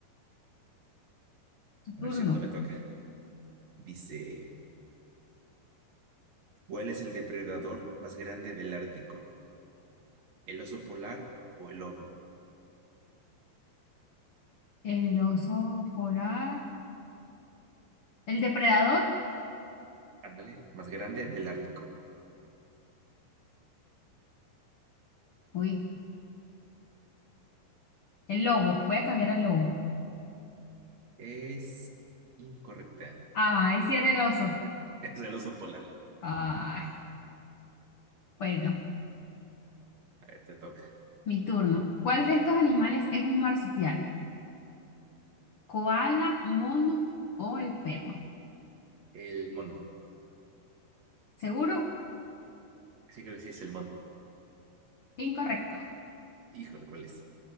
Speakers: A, on the left; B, on the right.
A: Tu
B: A
A: turno.
B: ver, cierto, me toca. Dice, ¿cuál es el depredador más grande del Ártico? ¿El oso polar o el lobo?
A: El oso polar. ¿El depredador?
B: Ándale, más grande del Ártico.
A: Uy, el lobo. Voy a cambiar al lobo.
B: Es incorrecta. <laughs>
A: Ay, sí era el oso.
B: Es el oso polar.
A: Ay, bueno,
B: A ver, te toca.
A: mi turno. ¿Cuál de estos animales es un marsupial? ¿Koala, mono o el perro?
B: El mono.
A: ¿Seguro?
B: Sí, creo que sí es el mono.
A: Incorrecto.
B: Híjole, ¿cuál es?